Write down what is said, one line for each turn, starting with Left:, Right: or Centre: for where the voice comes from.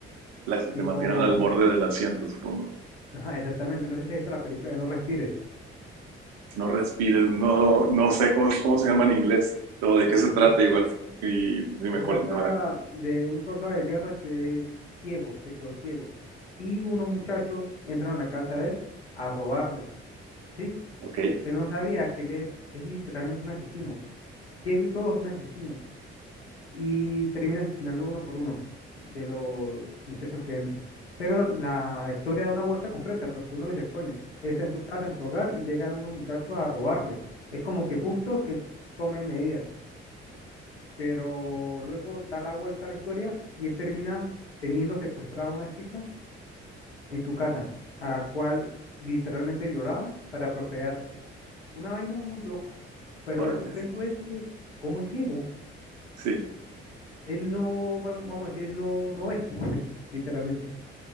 Right: las que
Left: Tipo,
Right: te mantienen al borde del asiento, supongo.
Left: ajá, exactamente, no sé si has visto la película de No Respires.
Right: No respires, no, no sé cómo, cómo se llama en inglés, o de qué se trata
Left: Ah.
Right: igual. Y dime
Left: Se trata
Right: cuál, no me la...
Left: de un soldado de guerra que es ciego, se quedó ciego. Y unos muchachos entran a la casa de él a robarle, ¿sí?
Right: Ok,
Left: Pero no sabía que él es, es literalmente un asesino. Ciego y todo es un asesino. y termina asesinando uno por uno de los muchachos que entran. Pero la historia da una vuelta completa, porque uno dice, coño, él está en su casa, en su hogar, y llegan unos muchachos a robarle. Es como que justo que él tome medidas, pero luego da la vuelta a la historia y él termina teniendo secuestrada a una chica en su casa, a la cual literalmente violaba para procrearse. Una vaina muy loca, pero
Right: órale.
Left: el suspenso es que, ¿cómo es ciego,
Right: Sí,
Left: él no, vam- vamos a decir, no, no ve, <laughs> literalmente,